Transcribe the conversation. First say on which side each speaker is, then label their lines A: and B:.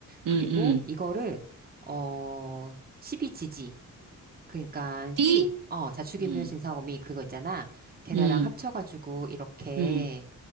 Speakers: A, on the right (about 65°); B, on the right (about 25°).
A: 음,
B: 그리고
A: 음.
B: 이거를, 어, 십이지지. 그러니까
A: 띠?
B: 띠, 어, 자축인묘
A: 음,
B: 진사오미 그거 있잖아. 걔네랑
A: 음,
B: 합쳐가지고 이렇게
A: 음.